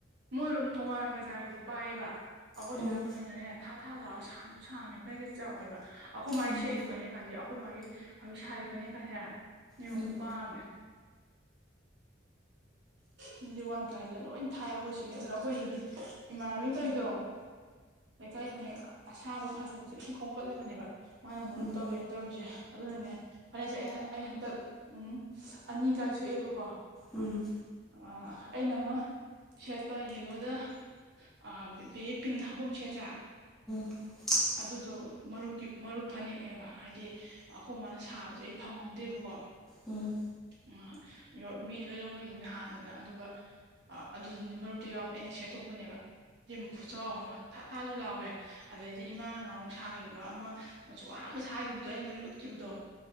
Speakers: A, on the right; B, in the centre.
A: ꯃꯣꯏꯔꯣꯝ ꯊꯧꯕꯥꯜ ꯕꯖꯥꯔꯒꯤꯗꯤ ꯄꯥꯏꯌꯦꯕ ꯑꯩꯈꯣꯏꯁꯨ
B: ꯎꯝ
A: ꯅꯥꯀꯅꯤꯅꯅꯦ ꯊꯥ ꯊꯥ ꯂꯥꯎꯔꯒ ꯁꯥꯡꯁꯨ ꯁꯥꯡꯉꯦ ꯐꯅꯦꯛ ꯆꯥꯎꯋꯦꯕ ꯑꯩꯈꯣꯏ ꯃꯥꯏꯅ
B: ꯎꯝ
A: ꯁꯦꯠꯂꯤ ꯐꯅꯦꯛ ꯀꯖꯦ ꯑꯩꯈꯣꯏ ꯃꯥꯒꯤ ꯍꯧꯖꯤꯛ ꯁꯥꯔꯤꯕ ꯐꯅꯦꯛꯀꯥꯁꯦ ꯌꯦꯡꯉꯨ
B: ꯎꯝ
A: ꯈꯨꯄꯥꯛꯑꯝꯅꯦ ꯑꯗꯨꯗꯤ ꯋꯥꯟ ꯄ꯭ꯂꯥꯏꯗ ꯂꯣꯏ ꯊꯥꯏ ꯑꯩꯈꯣꯏꯁꯤꯒꯤ ꯑꯗꯨꯅ ꯑꯩꯈꯣꯏꯒꯤꯗꯤ ꯏꯃꯟꯅꯕꯤꯅ ꯇꯧꯔꯤꯗꯣ ꯂꯩꯀꯥꯏ ꯐꯅꯦꯛ ꯑꯁꯥꯕ ꯐꯖꯕꯁꯦ ꯂꯣꯢ ꯈꯣꯝꯀꯠꯂꯒꯅꯦꯕ ꯃꯥꯅ
B: ꯎꯝ
A: ꯃꯔꯨꯞ ꯇꯧꯋꯦꯅ ꯇꯧꯔꯤꯁꯦ ꯑꯗꯨꯅꯅꯦ ꯐꯅꯦꯛꯁꯦ ꯑꯩ ꯑꯩ ꯍꯟꯗꯛ ꯎꯝ ꯑꯅꯤ ꯀꯥꯏ ꯁꯣꯛꯑꯦꯕꯀꯣ
B: ꯎꯝ
A: ꯑ ꯑꯩꯅ ꯑꯃ ꯁꯦꯠꯄ ꯌꯦꯂꯣꯗ ꯑ ꯕꯦꯕꯤ ꯄꯤꯡꯅ ꯍꯥꯛꯄ ꯑꯃ ꯁꯦꯠꯇ꯭ꯔ
B: <inaudible>
A: ꯑꯗꯨꯗꯣ ꯃꯔꯨꯞꯀꯤ ꯃꯔꯨꯞ ꯐꯅꯦꯛꯅꯦꯕ ꯍꯥꯏꯗꯤ ꯑꯩꯈꯣꯏ ꯃꯥꯅ ꯁꯥꯕꯁꯦ ꯑꯩ ꯐꯪꯍꯧꯗꯦꯕꯀꯣ
B: ꯎꯝ
A: ꯑ ꯌ ꯃꯤ ꯂꯣꯏ ꯂꯧꯅ ꯅꯍꯥꯟꯗꯨꯅ ꯑꯗꯨꯒ ꯑꯗꯨꯗꯤ ꯃꯔꯨꯞꯇꯣ ꯌꯥꯎꯔꯛ ꯑꯩꯅ ꯁꯦꯠꯇꯣꯛꯄꯅꯦꯕ ꯢꯕꯦꯝꯃ ꯈꯨꯠꯆꯧ ꯑꯃ ꯊꯥ ꯊꯥꯁꯨ ꯂꯥꯎꯋꯦ ꯑꯗꯩꯗꯤ ꯏꯃꯥꯅ ꯅꯍꯟꯃꯨꯛ ꯁꯥꯈꯤ ꯕ ꯑꯃ ꯃꯆꯨ ꯑꯍꯥꯟꯕ ꯁꯥꯈꯤꯕꯗꯣ ꯑꯩꯅ ꯅꯣꯏꯅ ꯎꯠꯈꯤꯕꯗꯣ